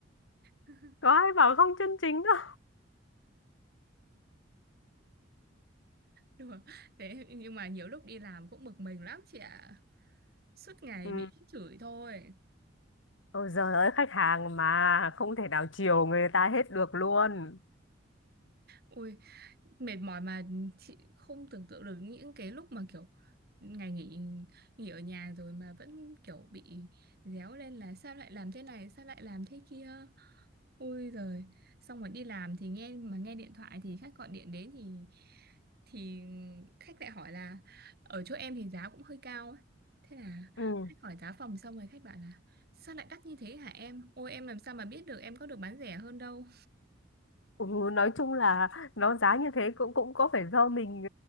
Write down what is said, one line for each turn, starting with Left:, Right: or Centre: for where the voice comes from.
Right: <laughs>
Left: có ai bảo không chân chính đâu
Right: đùa thế nhưng mà nhiều lúc đi làm cũng bực mình lắm chị ạ suốt ngày
Left: ừ.
Right: bị chửi thôi
Left: Ôi giời ơi khách hàng mà không thể nào chiều người ta hết được luôn.
Right: ui mệt mỏi mà chị không tưởng tượng được những cái lúc mà kiểu ngày nghỉ nghỉ ở nhà rồi mà vẫn kiểu bị réo lên là sao lại làm thế này sao lại làm thế kia Ôi giời, xong rồi đi làm thì nghe mà nghe điện thoại thì khách gọi điện đến thì thì khách lại hỏi là ở chỗ em thì giá cũng hơi cao ấy. Thế là
Left: Ừ.
Right: khách hỏi giá phòng xong rồi khách bảo là sao lại đắt như thế hả em? Ôi em làm sao mà biết được em có được bán rẻ hơn đâu.
Left: Ừ, nói chung là nó giá như thế cũng cũng có phải do mình